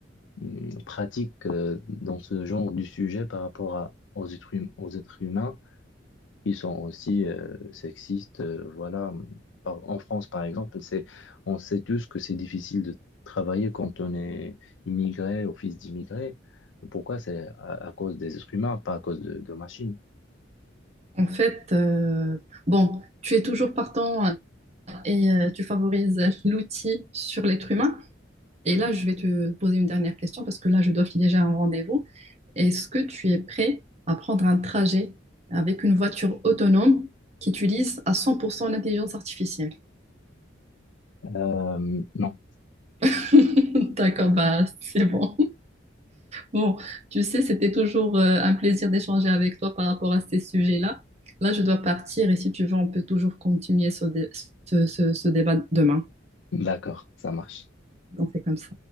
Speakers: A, on the left (about 80°); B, on the right (about 35°).
A: hum, pratique euh, dans ce genre du sujet par rapport à, aux êtres, hum- aux êtres humains qui sont aussi euh, sexistes. euh, voilà. Par- en France, par exemple, c'est, on sait tous que c'est difficile de travailler quand on est immigré ou fils d'immigré. Pourquoi? C'est à, à cause des êtres humains, pas à cause de, de machines.
B: En fait, euh, bon, tu es toujours partant hein, et euh, tu favorises euh, l'outil sur l'être humain. Et là, je vais te poser une dernière question parce que là, je dois filer déjà un rendez-vous. Est-ce que tu es prêt à prendre un trajet avec une voiture autonome qui utilise à 100% l'intelligence artificielle?
A: Euh, non,
B: <laughs> D'accord, bah c'est bon. Bon, tu sais, c'était toujours euh, un plaisir d'échanger avec toi par rapport à ces sujets-là. Là, je dois partir et si tu veux, on peut toujours continuer ce dé- ce- ce- ce débat demain.
A: d'accord, ça marche.
B: Donc c'est comme ça.